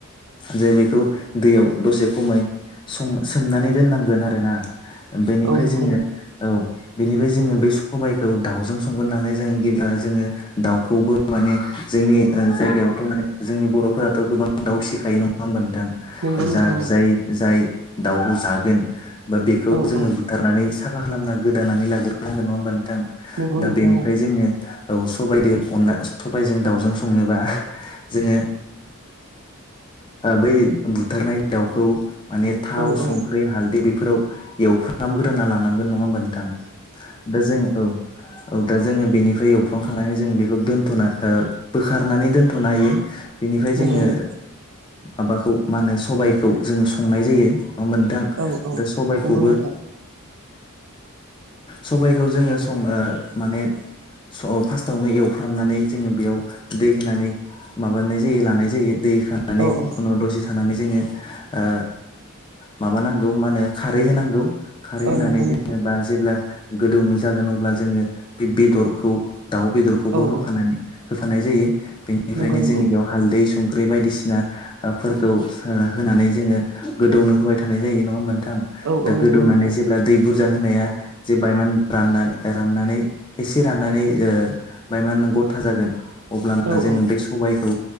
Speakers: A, on the left (about 20°); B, on the right (about 65°).
A: जे बेखौ दैयाव दसे खमाय स-सोमनानै दोननांगोन आरोना बेनिफ्राय
B: औ नंगौ
A: जोङो
B: नोंथां
A: औ बेनिफ्राय जोङो बै सबायखौ दाउजों संगोन नालाय जोङो गि जोङो दाउखौबो माने जोंनि ओ जायगायावथ' माने जोंनि बर'फोराथ' गोबां आं दाउ सिखायो नङा होनबा नोंथां जा
B: नंगौ नोंथां
A: जाय जाय दाउखौ जागोन बा बेखौ
B: औ
A: जोङो
B: औ
A: थारनानै साफा खालामना गोदानानै लाग्रोनांगोन नङा होमबा नोंथां
B: नंगौ
A: दा
B: नोंथां
A: बेनिफ्राय जोङो औ सबाइजों अनला सबायाइजों दाउजों संनोबा जोङो बै बुथारनाय दाउखौ माने थाव
B: औ औ
A: संख्रि हालदै बेफोराव एवफ्रामग्रोना लानांगोन नङा होमबा नोंथां दा जोङो औ औ दा जोङो बेनिफ्राय एवफ्रांखांनानै जोङो बेखौ दोनथ'ना ओ बोखारनानै दोनथ'नो हायो बेनिफ्राय ओ
B: नंगौ
A: जोङो
B: नंगौ
A: माबाखौ मा होनो सबायखौ जोङो संनाय जायो नङा होनबा नोंथां
B: औ औ
A: दा सबायखौबो
B: नंगौ नोंथां
A: सबायखौ जोङो सं माने फार्स्टआवनो एवफ्रामनानै जोङो बेयाव दै होनानै माबानाय जायो लानाय जायो दैखानानै
B: औ औ
A: उनाव दसे थानानै जोङो ओ माबानांगौ मा होनो खारै होनांगौ खारै
B: औ
A: होनानै
B: नंगौ
A: जोङो
B: नोंथां
A: बा जेब्ला गोदौनो जागोन अब्ला जोङो बे बेदरखौ दाउ बेदरखौबो
B: औ
A: होफानानै
B: औ
A: होफानाय जायो बेनिफ्रायनो
B: नंगौ नंगौ
A: जोंनि बेयाव हालदै संख्रि बायदिसिनाफोरखौ हो-होनानै जोङो गोदौनो होबाय थानाय जायो नङा होमबा नोंथां
B: औ
A: दा
B: औ
A: गोदौनानै
B: नंगौ नोंथां
A: जेब्ला दै बुरजा होनाया जे बायमान रान-राननानै राननानै एसे राननानै ओ बायमान गथा जागोन अब्लाना
B: औ
A: जोङो
B: औ
A: <unintelligible> सबायखौ